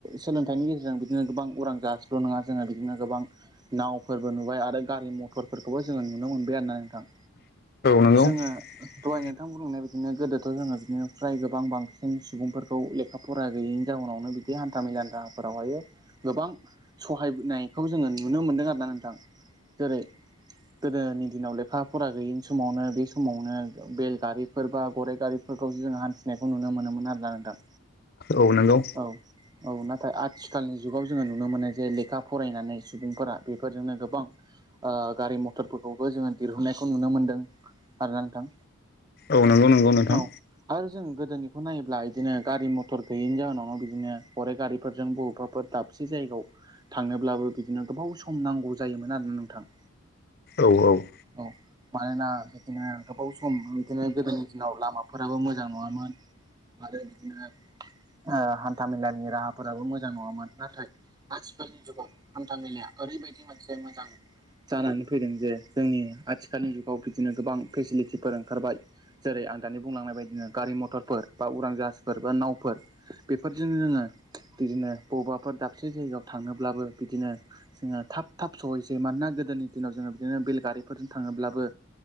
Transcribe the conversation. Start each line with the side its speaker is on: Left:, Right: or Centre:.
Right: सोलोंथाइनि गेजेरजों बिदिनो गोबां उरां जासेल' नङा जोङो बिदिनो गोबां नावफोरबो नुबाय आरो गारि मथरफोरखौबो जोङो नुनो मोनबाय आरो ना नोंथां
Left: नंगौ
Right: जोङो
Left: औ नंगौ
Right: दहाय नोंथां बुंनाय बिदिनो गोदोथ' जोङो बिदिनो फ्राय गोबां बांसिन सुबुंफोरखौ लेखा फराया गैयैनि जाउनावनो बिदि हानथा मेलाफोरावहायो गोबां सहायनायखौ जोङो नुनो मोनदों आरो ना नोंथां जेरै गोदोनि दिनाव लेखा लेखा फरा गैयिनि समावनो बे समावनो बेलगारिफोर बा गराइ गारिफोर फोरफोरखौ जोङो हानथिनायखौ नुनो मोनोमोन आरोना नोंथां
Left: औ नंगौ
Right: औ औ नाथाय आथिखालनि जुगाव जोङो नुनो मोनो जे लेखा फरायनानै सुबुंफोरा बेफोरजोंनो गोबां गारि मथरफोरखौबो जोङो दिरहुनायखौ नुनो मोनदों आरोना नोंथां
Left: औ नंगौ नंगौ नोंथां
Right: औ आरो जों गोदोनिखौ नायोब्ला बिदिनो गारि मथर गैयैनि जाहोनावनो बिदिनो गराय गारिफोरजों बबेबाफोर दाब से जायगायाव थांनोब्लाबो बिदिनो गोबाव सम नांगौ जायोमोन आरोना नोंथां
Left: औ औ
Right: औ मानना बेदि गोबाव सम बे जोंनाव लामाफोराबो मोजां नङामोन आरो बिदिनो हानथा मेलानि राहा फोराबो मोजां नङामोन नाथाय आथिखालनि जुगाव हान्था मेलाया ओरैबायदि मोनसे मोजां जानानै फैदों जे जोंनि आथिखालनि जुगाव बिदिनो गोबां फेसिलिटिफोर ओंखारबाय जेरै आं दानि बुंलांनाय बायदिनो गारि मथरफोर बा उरां जाहाजफोर बा नावफोर बेफोरजों जोङो बिदिनो बबेबाफोर दाबसे जायगायाव थांनोब्लाबो बिदिनो जोङो थाब थाब सहैसै मानोना गोदोनि दिनाव जोङो बिदिनो बेलगारिफोरजों थाङोब्लाबो